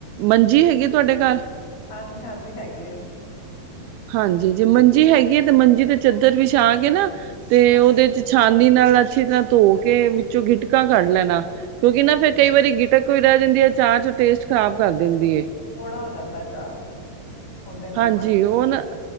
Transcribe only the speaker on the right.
ਮੰਜੀ ਹੈਗੀ ਤੁਹਾਡੇ ਘਰ
ਹਾਂਜੀ ਜੇ ਮੰਜੀ ਹੈਗੀ ਹੈ ਤੇ ਮੰਜੀ ਤੇ ਚਾਦਰ ਵਿਛਾ ਕੇ ਨਾ ਤੇ
ਉਹਦੇ ਚ ਛਾਨੀ ਨਾਲ ਅੱਛੀ ਤਰ੍ਹਾਂ ਧੋ ਕੇ ਵਿੱਚੋਂ ਗਿਟਕਾ ਕੱਢ ਲੈਣਾ ਕਿਉਂਕਿ ਨਾ ਫਿਰ ਕਈ ਵਾਰੀ ਗਿਟਕ ਵੀ ਰਹਿ ਜਾਂਦੀ ਹੈ ਅਚਾਰ ਚ ਟੇਸਟ ਖ਼ਰਾਬ ਕਰ ਦਿੰਦੀ ਹੈ।
ਹਾਂਜੀ
ਉਹ
ਨਾ